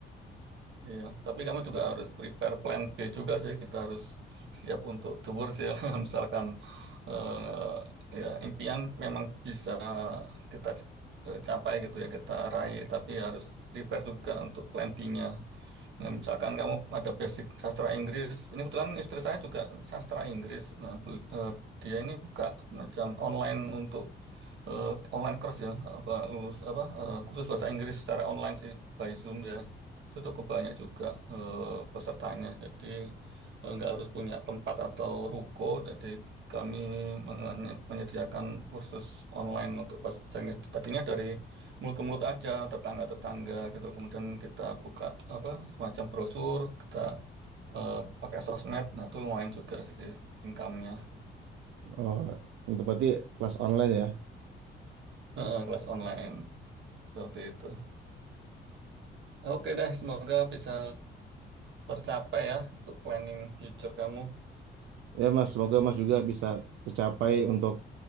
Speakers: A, on the right; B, on the right.
A: Iya, tapi kamu juga harus prepare plan B juga sih. Kita harus siap untuk tour sih ya. <laughs> Misalkan eh, ya impian memang bisa kita c- eh, capai gitu ya, kita raih, tapi harus prepare juga untuk plan B-nya. Nah, misalkan kamu ada basic sastra Inggris, ini kebetulan istri saya juga sastra Inggris. Nah, bel- eh, dia ini buka semacam online untuk eh, online course ya, apa lulus apa eh, kursus bahasa Inggris secara online sih by Zoom ya itu cukup banyak juga eh, pesertanya. Jadi eh, nggak harus punya tempat atau ruko. Jadi kami menye- menyediakan kursus online untuk bahasa Inggris. Tadinya dari mulut ke mulut aja, tetangga-tetangga gitu. Kemudian kita buka apa semacam brosur, kita eh, pakai sosmed. Nah itu lumayan juga sih income-nya
B: Oh, untuk berarti kelas online ya.
A: Eh, kelas online seperti itu. Oke deh, semoga bisa tercapai ya untuk planning future kamu.
B: Ya Mas, semoga Mas juga bisa tercapai untuk